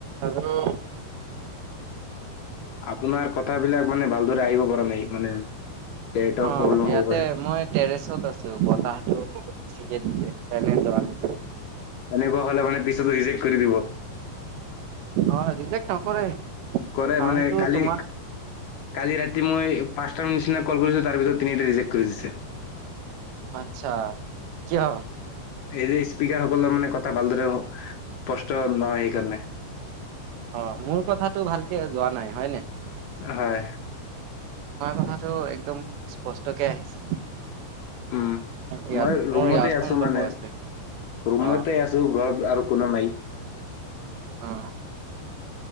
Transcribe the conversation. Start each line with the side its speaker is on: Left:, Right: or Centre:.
Right: আৰু
Left: আপোনাৰ কথাবিলাক মানে ভালদৰে আহিব পৰা নাই মানে নেটৱৰ্ক
Right: অহ
Left: প্ৰব্লেম
Right: ইয়াতে
Left: হ'ব পাৰে
Right: মই টেৰেছত আছো বতাহটো চিকেন দিলে তেনেহে দোকানে
Left: তেনেকুৱা হলে মানে পিছতো ৰিজেক্ট কৰি দিব
Right: অহ ৰিজেক্ট নকৰে
Left: কৰে
Right: চাউণ্ডটো
Left: মানে কালি
Right: তোমাৰ
Left: কালি ৰাতি মই পাঁচটা নিচিনা কল কৰিছে তাৰ ভিতৰত তিনিটা এটা ৰিজেণ্ট কৰি দিছে
Right: আচ্ছা কিয়
Left: এই যে স্পিকাৰ সকলৰ মানে কথা ভালদৰে স্পষ্ট নহ সেইকাৰণে
Right: অহ মোৰ কথাতটো ভালকে যোৱা নাই হয় ন
Left: হয়
Right: তোমাৰ কথাটো একদম স্পষ্টকে আহিছে
Left: উম
Right: ইয়াত
Left: মই ৰুমতে
Right: মোৰ ইয়াৰফোন
Left: আছো
Right: লগোৱা
Left: মানে
Right: আছে
Left: ৰুমতে
Right: অ
Left: আছো ঘৰত আৰু কোনো নাই
Right: আহ